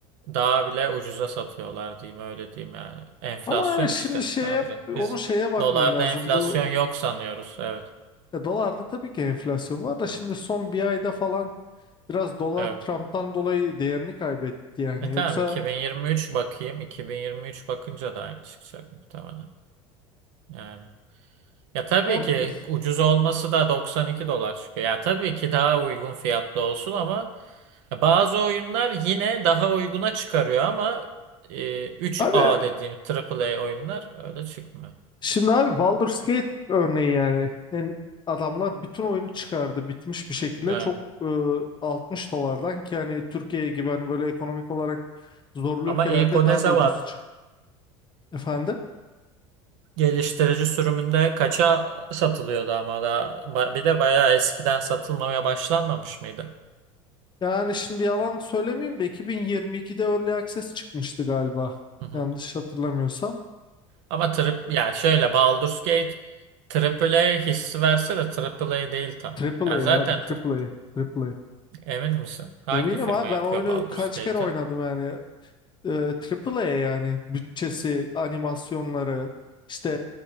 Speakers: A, on the right; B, on the left.
A: Daha bile ucuza satıyorlar diyeyim öyle diyeyim yani. Enflasyon
B: Ama yani şimdi
A: işte.
B: şeye
A: Ne yapacaksın?
B: onu
A: Biz
B: şeye bakman
A: dolarda
B: lazım.
A: enflasyon
B: Bu
A: yok sanıyoruz. Evet.
B: E, dolarda tabii ki enflasyon var da
A: Evet.
B: şimdi son bir ayda falan biraz dolar
A: Evet.
B: Trump'tan dolayı değerini kaybetti yani.
A: E tamam
B: Yoksa
A: 2023 bakayım. 2023 bakınca da aynı çıkacak muhtemelen. Yani. Ya tabii
B: am-
A: ki ucuz olması da 92 dolar çıkıyor. Ya tabii ki daha uygun fiyatlı olsun ama bazı oyunlar yine daha uyguna çıkarıyor ama e, 3A
B: abi
A: dediğim A A A oyunlar öyle çıkmıyor.
B: şimdi abi Baldur's Gate örneği yani. Yani adamlar bütün oyunu çıkardı bitmiş bir şekilde
A: Evet.
B: çok e, 60 dolardan ki hani Türkiye gibi hani böyle ekonomik olarak zorlu
A: Ama
B: ülkelerde
A: ilk o
B: daha
A: ne zaman
B: da ucuz çıktı efendim.
A: Geliştirici sürümünde kaça satılıyordu ama da ba- bir de bayağı eskiden satılmamaya başlanmamış mıydı?
B: Yani şimdi yalan söylemeyeyim de 2022'de Early Access çıkmıştı galiba.
A: Hı hı.
B: Yanlış hatırlamıyorsam.
A: Ama trip ya şöyle Baldur's Gate AAA hissi verse de AAA değil tam.
B: Triple
A: Yani
B: A
A: zaten
B: abi Triple
A: tri-
B: A. Triple A.
A: emin misin? Hangi
B: Eminim
A: firma
B: abi
A: yapıyor
B: ben oyunu
A: Baldur's
B: kaç
A: Gate'i?
B: kere oynadım yani. Ee, Triple A yani bütçesi, animasyonları işte